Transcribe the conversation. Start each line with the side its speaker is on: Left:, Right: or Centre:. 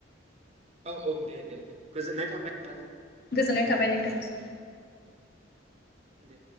Right: औ औ दे दे गोजोननाय थाबाय। नोंथांजों
Left: गोजोननाय
Right: सावरायनानै
Left: थाबाय नोंथांनिसिम
Right: दे